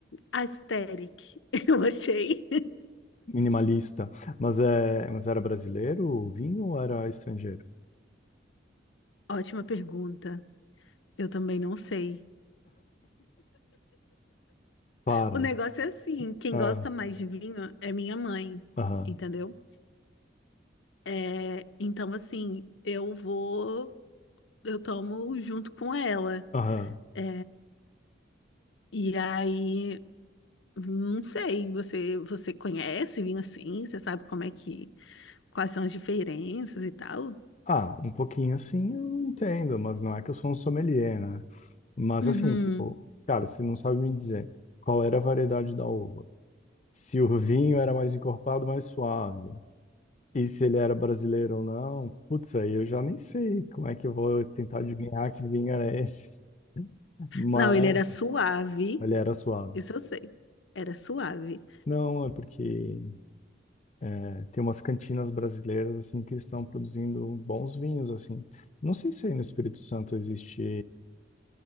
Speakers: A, on the left; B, on the left.
A: aesthetic, <laughs> eu achei.
B: minimalista. Mas, é, mas era brasileiro o vinho ou era estrangeiro?
A: Ótima pergunta. Eu também não sei.
B: Para.
A: O negócio é assim, quem
B: Ah,
A: gosta mais de vinho é minha mãe,
B: aham,
A: entendeu? É, então, assim, eu vou, eu tomo junto com ela.
B: aham.
A: é, E aí, não sei, você você conhece vinho assim? Você sabe como é que, quais são as diferenças e tal?
B: Ah, um pouquinho assim eu entendo, mas não é que eu sou um sommelier, né? Mas
A: Uhum.
B: assim, tipo, cara, você não sabe me dizer qual era a variedade da uva. Se o vinho era mais encorpado, mais suave. E se ele era brasileiro ou não, putz, aí eu já nem sei como é que eu vou tentar adivinhar que vinho era esse. Mas
A: Não, ele era suave,
B: Ele era suave.
A: isso eu sei. Era suave.
B: Não, é porque é, tem umas cantinas brasileiras assim que estão produzindo bons vinhos assim. Não sei se aí no Espírito Santo existe